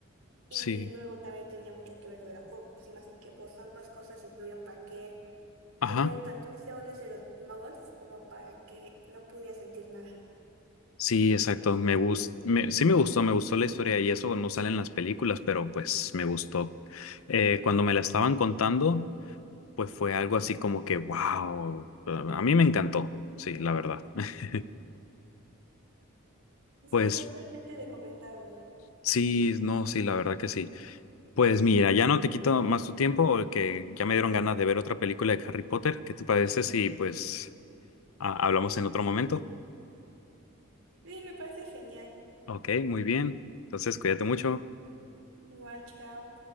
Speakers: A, on the right; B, on the left.
A: y
B: sí,
A: luego también tenía mucho que ver lo de la pócima, así que pues ambas cosas influyen para que él
B: ajá,
A: tuviera tanto ese odio hacia los muggles como para que no pudiera sentir nada.
B: sí, exacto, me gus- me- sí me gustó, me gustó la historia y eso no sale en las películas, pero pues me gustó. Eh, cuando me la estaban contando, pues fue algo así como que, wow, a mí me encantó, sí, la verdad. <laughs>
A: Sí,
B: Pues
A: totalmente recomendable.
B: sí, no, sí, la verdad que sí. Pues mira, ya no te quito más tu tiempo, porque ya me dieron ganas de ver otra película de Harry Potter. ¿Qué te parece si pues a- hablamos en otro momento?
A: Sí, me parece genial.
B: Ok, muy bien. Entonces, cuídate mucho.
A: Igual, chao.